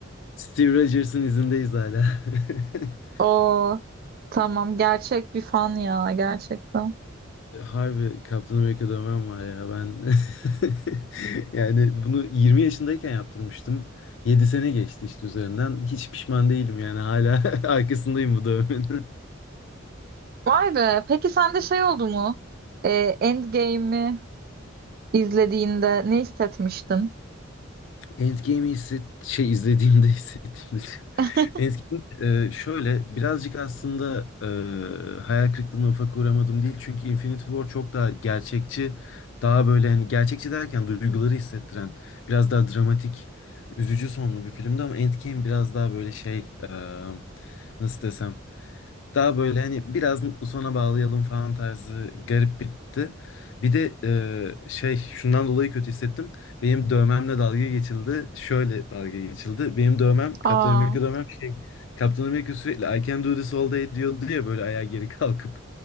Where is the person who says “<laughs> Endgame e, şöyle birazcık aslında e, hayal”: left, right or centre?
Left